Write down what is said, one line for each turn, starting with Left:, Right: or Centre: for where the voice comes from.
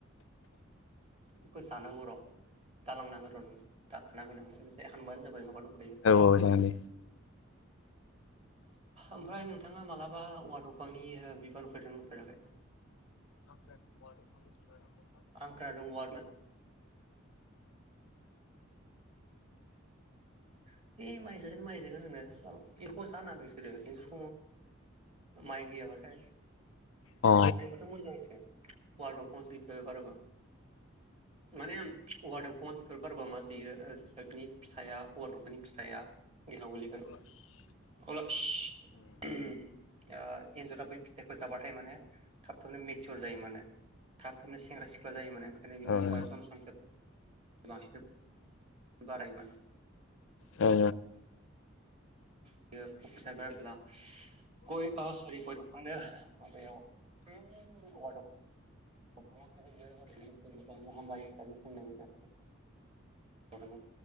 Right: बेखौ जानांगौ र' दालांनांगौ र' नोङो दा खाना गोनां ओरैहाय हानबानो जाबाय माबा दंखायो
Left: औ
Right: दाग दंखायो।
Left: जागोन दे
Right: ओमफ्राय नोंथाङा मालाबा औवार दफांनि बिबान फैद होफेराखै?
Left: आ ग <unintelligible>
Right: आं खोनादों वार <unintelligible> <unintelligible> माइजागोन माइजागोन होनो खालाम एरख' <unintelligible> माइ गैयाबाथाय
Left: अ
Right: थ मोजांसो <unintelligible> बारबा माने औवा बेफोर बारबा मा जोयो जेफोरनि फिथाइआ हौवा दंफांनि फिथाइआ गेहायाव गोलैगोन
Left: ब्ला <unintelligible>
Right: अब्ला <unintelligible> ओ एन्जरा बै फिथाइखौ जाबाथाय माने थाब थाबनो मेचर जायो माने। थाब थाबनो सेंग्रा सिख्ला जायो माने
Left: औ
Right: ओंखायनो बिनि जन'संखि बांसिन बाराय माने
Left: औ
Right: <unintelligible> थांदो याव <unintelligible> ाबा महामारिनो फनोा बरनि